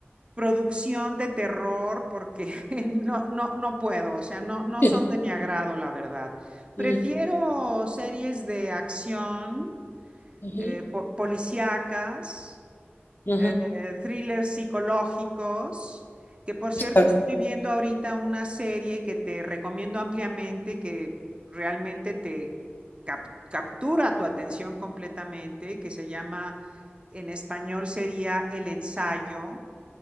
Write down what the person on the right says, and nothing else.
producción de terror porque <laughs> no, no, no puedo, o sea, no, no
son de mi agrado, la verdad. Prefiero
series de acción,
eh, po- policíacas,
eh, thrillers psicológicos, que por cierto
estoy viendo ahorita una serie que te recomiendo ampliamente, que realmente te cap- captura tu atención completamente, que se llama, en español sería El Ensayo